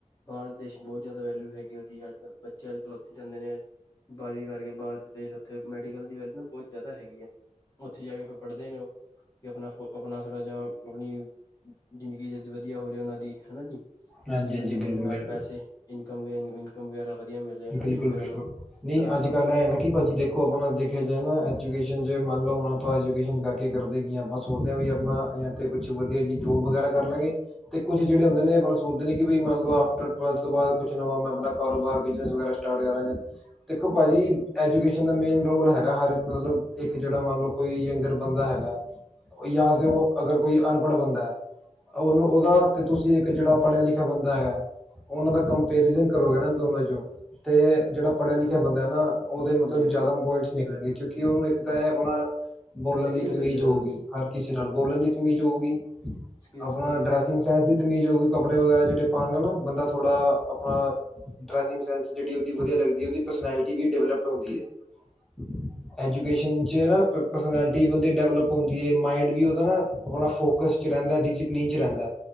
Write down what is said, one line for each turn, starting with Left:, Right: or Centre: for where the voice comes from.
Left: ਭਾਰਤ ਦੇਸ਼ ਬਹੁਤ ਜ਼ਿਆਦਾ ਵੈਲਿਊ ਹੈਗੀ ਉਹਦੀ ਅੱਜ ਕੱਲ੍ਹ ਬੱਚੇ ਅੱਜ ਕੱਲ੍ਹ ਉੱਥੇ ਜਾਂਦੇ ਨੇ ਬੜ ਕਰਕੇ ਬਾਹਰ ਦੇਸ਼ ਉੱਥੇ ਮੈਡੀਕਲ ਦੀ ਵੈਲਿਊ ਨਾ ਬਹੁਤ ਜ਼ਿਆਦਾ ਹੈਗੀ ਹੈ ਉੱਥੇ ਜਾ ਕੇ ਫਿਰ ਪੜ੍ਹਦੇ ਨੇ ਉਹ ਕਿ ਆਪਣਾ ਆਪਣਾ ਥੋੜਾ ਜ ਆਪਣੀ ਜ਼ਿੰਦਗੀ ਜਦ ਵਧੀਆ ਹੋ ਰਿਹਾ ਉਹਨਾਂ ਦੀ ਹਨਾ ਜੀ
Centre: ਹਾਂਜੀ
Left: ਕੀ ਵਧੀਆ
Centre: ਹਾਂਜੀ ਬਿਲਕੁਲ
Left: ਹੋ ਜ ਨਾਲ
Centre: ਬਿਲਕੁਲ
Left: ਪੈਸੇ ਇਨਕਮ ਇਨਕਮ ਵਗੈਰਾ ਵਧੀਆ ਮਿਲਲੇ ਹਨਾ
Centre: ਬਿਲਕੁਲ
Left: ਜੀ ਫਿਰ
Centre: ਬਿਲਕੁਲ
Left: ਉਹਨੂੰ
Centre: ਨਹੀਂ
Left: ਘਰ
Centre: ਅੱਜ
Left: ਪਰਿਵਾਰ
Centre: ਕੱਲ ਇਹ ਨਾ ਕਿ ਭਾਜੀ ਦੇਖੋ ਆਪਣਾ ਦੇਖਿਆ ਜਾਏ ਨਾ ਐਜੂਕੇਸ਼ਨ ' ਮੰਨ ਲਓ ਹੁਣ ਆਪਾਂ ਐਜੂਕੇਸ਼ਨ ਕਰਕੇ ਕਰਦੇ ਕਿ ਹ ਆਪਾਂ ਸੋਚਦੇ ਹਾਂ ਵੀ ਆਪਣਾ ਜਾਂ ਇੱਥੇ ਕੁਛ ਵਧੀਆ ਜੀ ਜੋਬ ਵਗੈਰਾ ਕਰ ਲਾਂਗੇ ਤੇ ਕੁਛ ਜਿਹੜੇ ਹੁੰਦੇ ਨੇ ਆਪਣਾ ਸੋਚਦੇ ਨੇ ਕਿ ਮੰਨ ਲਓ ਆਫ ਟਵਲਥ ਤੋਂ ਬਾਅਦ ਕੁਛ ਨਵਾਂ ਮੈਂ ਆਪਣਾ ਕਾਰੋਬਾਰ ਬਿਜਨਸ ਵਗੈਰਾ ਸਟਾਰ ਕਰਾਂਗੇ ਦੇਖੋ ਭਾਜੀ ਐਜੂਕੇਸ਼ਨ ਦਾ ਮੇਨ ਰੋਲ ਹੈਗਾ ਹਰ ਮਤਲਬ ਇੱਕ ਜਿਹੜਾ ਮੰਨ ਲਓ ਕੋਈ ਯੰਗਰ ਬੰਦਾ ਹੈਗਾ
Left: ਹਾਂਜੀ।
Centre: ਜਾਂ ਤੇ ਉਹ ਅਗਰ ਕੋਈ ਅਨਪੜ੍ਹ ਬੰਦਾ ਹੈ ਉਹਨੂੰ ਉਹਦਾ ਤੇ ਤੁਸੀਂ ਇੱਕ ਜਿਹੜਾ ਪੜ੍ਹਿਆ ਲਿਖਿਆ ਬੰਦਾ ਹੈਗਾ ਉਹਨਾਂ ਦਾ ਕੰਪੈਰੀਜਨ ਕਰੋਗਾ ਨਾ ਦੋਨਾਂੋ ਚੋਂ
Left: ਹਾਂਜੀ
Centre: ਅਤੇ ਜਿਹੜਾ ਪੜ੍ਹਿਆ ਲਿਖਿਆ ਬੰ ਨਾ ਉਹਦੇ ਮਤਲਬ
Left: ਹਾਂਜੀ
Centre: ਜਿਆਦਾ ਪੁਆਇੰਟਸ ਨਿਕਲਣਗੇ ਕਿਉਂਕਿ ਉਹਨੂੰ ਇੱਕ ਤਾਂ ਇਹ ਆਪਣਾ ਬੋਲਣ
Left: ਸਕਿੱਲਸ
Centre: ਦੀ ਤਮੀਜ਼
Left: ਹੋਏਗੀ ਜ਼ਿਆਦਾ
Centre: ਹੋਊਗੀ ਹਰ ਕਿਸੇ ਨਾਲ ਬੋਲਣ ਦੀ ਤਮੀਜ਼ ਹੋਊਗੀ
Left: ਸਕਿੱਲਸ
Centre: ਆਪਣਾ
Left: ਹੋਏਗੀ
Centre: ਡਰੈਸਿੰਗ ਸੈਂਸ ਦੀ ਤਮੀਜ਼ ਹੋ ਗਗੀ ਕੱਪੜੇ ਵਗੈਰਾ ਜਿਹੜੇ ਪਾਉਦੇ ਨਾ ਬੰਦਾਥੋੜਾ ਆਪਣਾ ਡਰੈਸ ਸਦੀ ਵਧਆ ਲ ਉਹਦੀ ਪਰਸਨੈਲਿਟੀ ਵੀ ਡਿਵੈਲਪ ਹੁੰਦੀ ਹੈ ਐਜੂਕੇਸ਼ਨ 'ਚ ਨਾ ਪਰਸਨੈਲਿਟੀ ਬੰਦੇ ਡਿਵਲਪ ਹੁੰ ਹੈ ਮਾਈਂਡ ਵੀ ਉਹਦਾ ਨਾ ਆਪਣਾ ਫੋਕਸਡ ਚ ਰਹਿੰਦਾ ਡਿਸਸੀਪਲਿਨ ਚ ਰਹਿੰਦਾ